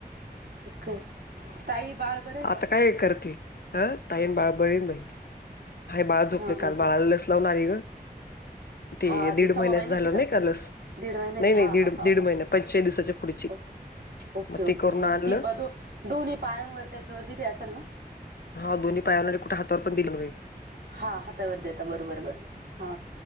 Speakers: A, on the right (about 70°); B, on the left (about 75°).
A: ओके ताई बाळ बरं आहे
B: आता
A: का
B: काय करती? अ ताईन बाळ बरे आहेत बाई. हाय बाळ झोपल.
A: हा हा
B: काल बाळाला
A: हा
B: लस लावून आले ग. ते
A: हा
B: दीड
A: सव्वा
B: महिन्याच
A: महिन्याची
B: झालं नाही का लस.
A: दीड महिन्याची
B: नाही नाही
A: हा
B: दीड
A: हा हा
B: दीड
A: हा
B: महिना पंचेचाळीस दिवसाच्या पुढची
A: ओ ओके
B: मग
A: ओके
B: ते करून
A: हा.
B: आणलं
A: ती प दो दोन्ही पायांवर त्याच्यावर दिली असल ना.
B: हा दोन्ही पायाना कुठे हातावर पण दिले नव्हे.
A: हा हातावर देता बरोबर बरोबर हा